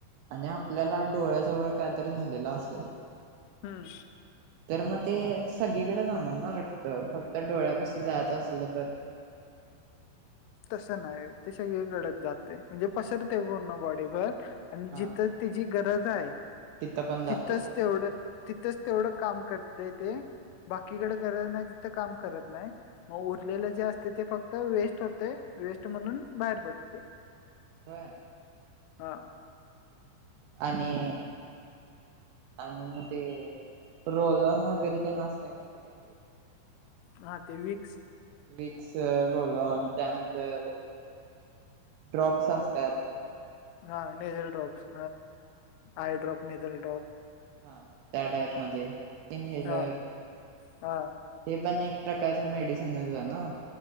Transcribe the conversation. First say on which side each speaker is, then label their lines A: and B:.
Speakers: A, on the right (about 80°); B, on the left (about 85°).
A: आणि आपल्याला डोळ्याजवळ कायतरी झालेलं असेल
B: हम्म
A: तर मग ते सगळीकडे जाणार ना रक्त फक्त डोळ्याप जायचं असलं तर
B: तसं नाही ते सगळीकडत जाते म्हणजे पसरते पूर्ण बॉडीभर आणि
A: हा
B: जिथं त्याची गरज आहे
A: तिथं पण जाते
B: तिथंच तेवढं तिथंच तेवढं काम करतय ते बाकीकडे
A: हा
B: गरज नाही कात नाही उ जे अस ते फक्त वे होते वेस्ट म्हणून बाहेर पडते
A: हो
B: हा
A: आणि आणि मग ते रोल ऑन वगैरे ते नास्तय माहि का का
B: हा ते विक
A: विक्स रोलोल ऑन त्यानंतर ड्रॉप्स
B: हम्म
A: असतात
B: हा nasal drops eye drop nasal drop
A: हा त्या टाईप मध्ये इनहेलर
B: हा हा
A: हे पण एक प्रकारच मेडिसिनच आहे ना